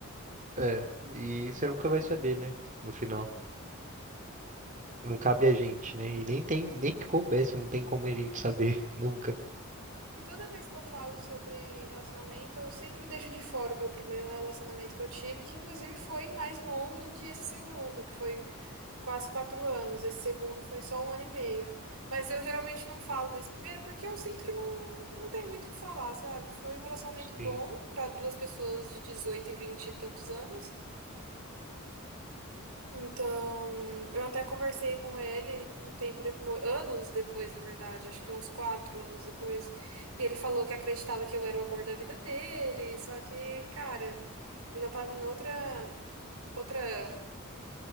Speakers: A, on the right; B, on the right.
A: É, e você nunca vai saber, né? No final. Não cabe a gente, né? E nem tem, nem que coubesse, não tem como a gente saber <laughs> nunca.
B: E toda vez que eu falo sobre relacionamento, eu sempre deixo de fora o meu primeiro relacionamento que eu tive, que inclusive foi mais longo do que esse segundo, que foi quase quatro anos. Esse segundo foi só um ano e meio. Mas eu geralmente não falo desse primeiro porque eu sinto que não, não tem muito o que falar, sabe? Foi um relacionamento bom
A: Sim,
B: para duas pessoas de 18 e 20 e tantos anos. Então, eu até conversei com ele um tempo depois, anos depois, na verdade, acho que uns quatro anos depois, e ele falou que acreditava que eu era o amor da vida dele, só que, cara, eu já tava em outra, outra,